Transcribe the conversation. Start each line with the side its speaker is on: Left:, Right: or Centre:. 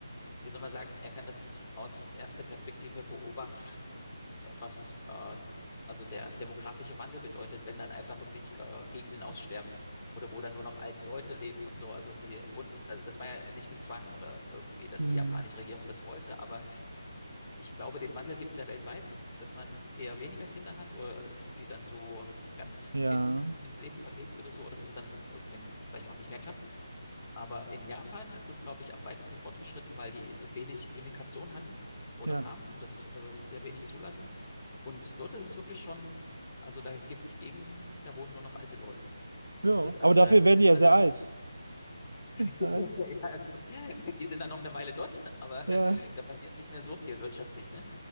Left: wie soll man sagen, er kann das aus erster Perspektive beobachten, äh, was äh, also der demografische Wandel bedeutet, wenn dann einfach wirklich äh, Gegenden aussterben oder wo dann nur noch alte Leute leben und so. Also die und also das war ja nicht mit Zwang oder irgendwie, dass
Right: Hm.
Left: die japanische Regierung das wollte, aber ich glaube, den Wandel gibt es ja weltweit, dass man eher weniger Kinder hat oder sie dann so ganz
Right: Ja,
Left: hinten ins Leben verlegt oder so, dass es dann irgendwann vielleicht auch nicht mehr klappt. Aber in Japan ist es, glaube ich, am weitesten fortgeschritten, weil die wenig Immigration hatten oder
Right: ja,
Left: haben und das äh, sehr wenig zulassen. Und dort ist es wirklich schon, also da gibt es Gegenden, da wohnen nur noch alte Leute.
Right: ja.
Left: Oder da-
Right: Aber
Left: also
Right: dafür
Left: da, das
Right: werden
Left: sind
Right: die ja
Left: alle,
Right: sehr alt.
Left: die, <laughs>
Right: Ja,
Left: ja, also, die sind dann noch eine Weile dort, aber
Right: ja,
Left: <laughs> da passiert nicht mehr so viel wirtschaftlich, ne?